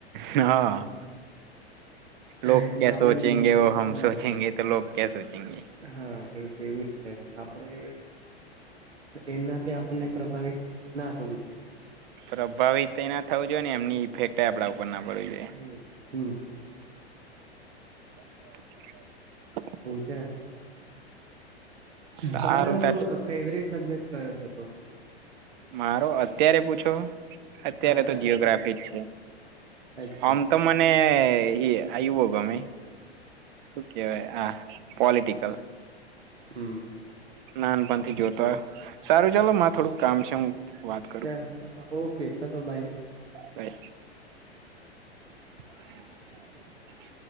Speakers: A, on the right; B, on the right.
A: હા લોક
B: એટલે
A: ક્યા
B: આપડે
A: સોચેગે
B: બીજા
A: ઓ હમ
B: હા
A: સોચેગે તો લગ ક્યા સોચેગે
B: હા એ જેવું જ છે આપડે એમનાથી આપણને પ્રભાવિત ના થવું જોઈએ
A: પ્રભાવિત એના થવું જોઈ ને એમની ઇફેક્ટ આપણા ઉપર ના પડવી જોઈએ
B: હમ હમ
A: <inaudible>
B: હું છે.
A: સારું
B: તમારો
A: ત
B: ફેવરેટ સબ્જેક્ટ કયો છે તો?
A: મારો અત્યારે પૂછો? અત્યારે
B: અચ્છા
A: તો જીઓગ્રાફી જ છે
B: અચ્છા
A: આમ તો મને અનેને એ આયુ બ ગમે. શું કેવાય આ પોલિટિકલ.
B: હમ.
A: નાનપણ થી જોતો સારું ચાલો મા થોડુંક કામ છે હું વાત
B: ચા ઓકે ચાલો બાઈ.
A: હ. <inaudible>